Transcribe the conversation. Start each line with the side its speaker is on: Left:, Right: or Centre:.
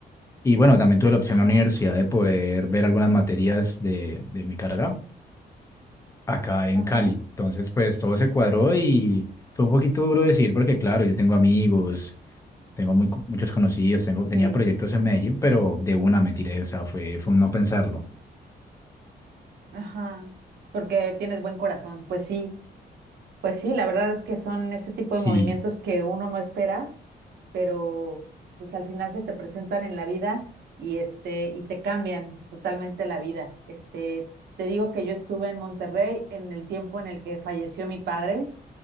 Left: Y bueno, también tuve la opción
Right: ajá,
Left: en la universidad de poder ver algunas materias de, de mi carrera acá en
Right: ajá.
Left: Cali. Entonces, pues todo se cuadró y fue un poquito duro decir porque, claro, yo tengo amigos tengo muy, muchos conocidos, tengo, tenía
Right: Sí,
Left: proyectos en Medellín, pero de una me tiré, o sea, fue, fue un no pensarlo.
Right: ajá, porque tienes buen corazón. Pues sí, pues sí, la verdad es que son este tipo
Left: Sí,
Right: de movimientos que uno no espera, pero pues al final se te presentan en la vida y este y te cambian totalmente la vida. Este, te digo que yo estuve en Monterrey en el tiempo en el que falleció mi padre,